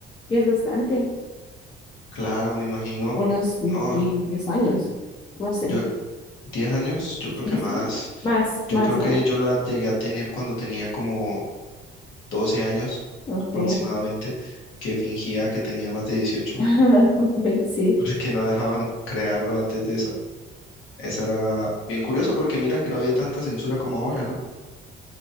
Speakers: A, on the left; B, on the left.
A: ya es bastante.
B: Claro, me imagino,
A: unos 10,
B: no,
A: 10 años, no sé.
B: yo, 10 años, yo creo
A: Sí,
B: que más.
A: sí, más,
B: Yo
A: más,
B: creo
A: ¿no?
B: que yo la llegué a tener cuando tenía como 12 años
A: Ok.
B: aproximadamente, que fingía que tenía más de dieciocho
A: <laughs> Ve, Sí,
B: <laughs> porque no dejaban crearlo antes de eso. Eso era bien curioso porque mira que no había tanta censura como ahora, ¿no?